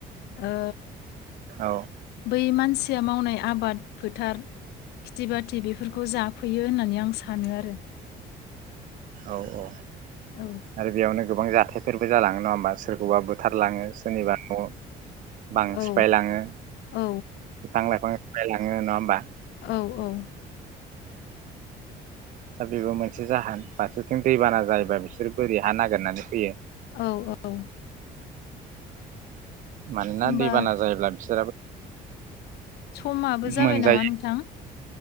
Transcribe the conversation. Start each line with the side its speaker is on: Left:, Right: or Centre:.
Left: ओ
Right: औ
Left: बै मान सिया मावनाय आबाद फोथार खिथि बाथ थि बेफोरखौ जाफैयो होननानै आं सानो आरो
Right: औ औ
Left: औ
Right: आरो बेयावनो गोबां जाथायफोरबो जालाङो न होम बा सोरखौबा बोथारलाङो सोरनिबा न बां
Left: औ
Right: सिफायलाङो
Left: औ
Right: बिफां लाइां सिफायलाङो नङा होनबा?
Left: औ औ
Right: दा बेबो मोनसे जाहोन फारसेथिं दैबाना जायोबा बिसोरो बोरि हा नागिरनानै फैयो।
Left: औ औ
Right: मानोना
Left: होमबा
Right: दैबाना जायोब्ला बिसोराबो <inaudible>
Left: समाबो जाबाय
Right: मोनजायो
Left: नामा नोंथां?